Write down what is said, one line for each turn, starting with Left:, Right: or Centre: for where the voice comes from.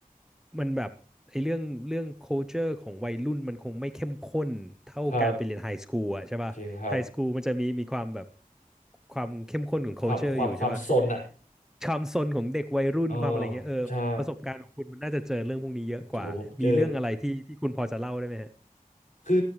Centre: มันแบบไอ้เรื่องเรื่อง culture ของวัยรุ่นมันคงไม่เข้มข้นเท่าการไปเรียนไฮสคูลอะใช่ป่ะไฮสคูลมันจะมีมีความแบบ
Left: ครับจริงครับ
Centre: ความเข้มข้นของ culture
Left: ความความความซนอ่ะ
Centre: อยู่ใช่ป่ะความซนของเด็กวัยรุ่นความอะไรเงี้ยเออประสบการณ์ของคุณมันน่าจะเจอเรื่องพวกนี้เยอะกว่ามีเรื่องอะไรที่ที่คุณพอจะเล่าได้ไหม
Left: เออใช่ โหผมเจอ คือ